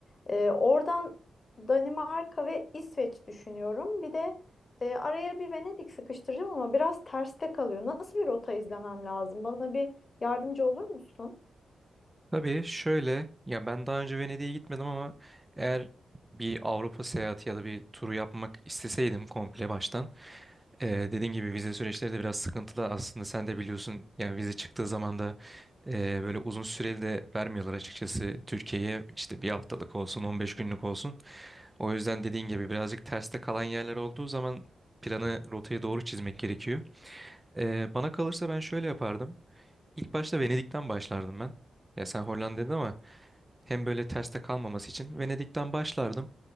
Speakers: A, on the left (about 45°); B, on the right (about 15°).
A: Ee, oradan Danimarka ve İsveç düşünüyorum. Bir de e, araya bir Venedik sıkıştıracağım ama biraz terste kalıyor. Nasıl bir rota izlemem lazım? Bana bir yardımcı olur musun?
B: Tabii şöyle ya ben daha önce Venedik'e gitmedim ama eğer bir Avrupa seyahati ya da bir turu yapmak isteseydim komple baştan Ee, dediğin gibi vize süreçleri de biraz sıkıntılı aslında sen de biliyorsun yani vize çıktığı zaman da e, böyle uzun süreli de vermiyorlar açıkçası Türkiye'ye işte bir haftalık olsun 15 günlük olsun. O yüzden dediğin gibi birazcık terste kalan yerler olduğu zaman planı rotayı doğru çizmek gerekiyor. Ee, bana kalırsa ben şöyle yapardım. İlk başta Venedik'ten başlardım ben. Ya sen Hollanda dedin ama hem böyle terste kalmaması için Venedik'ten başlardım.